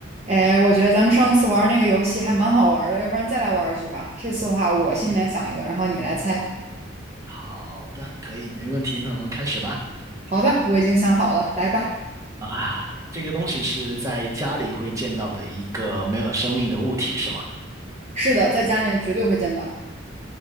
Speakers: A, on the right; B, on the right.
A: 哎，我觉得咱们上次玩那个游戏还蛮好玩的，要不然再来玩一局吧。这次的话，我心里面想一个，
B: 嗯，
A: 然后你来猜。
B: 好的，可以，没问题。那我们开始吧。
A: 好的，我已经想好了，来吧。
B: 啊，这个东西是在家里会见到的一个没有生命的物体，是吗？
A: 是的，在家里面绝对会见到。